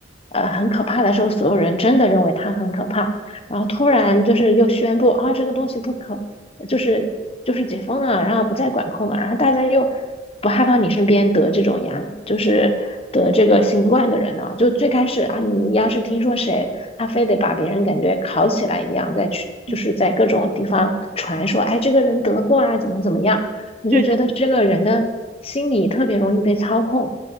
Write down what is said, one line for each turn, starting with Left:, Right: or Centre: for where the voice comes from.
Left: 呃很可怕的时候，所有人真的认为它很可怕，然后突然就是又宣布啊这个东西不可就是就是解封了，然后不再管控了，然后大家又不害怕你身边得这种阳，就是得这个新冠的人了。就最开始啊，你要是听说谁，他非得把别人感觉烤起来一样，再去就是在各种地方传说，
Right: 嗯，
Left: 哎，这个人得过啊，怎么怎么样，我就觉得这个人的心理特别容易被操控。
Right: 对的，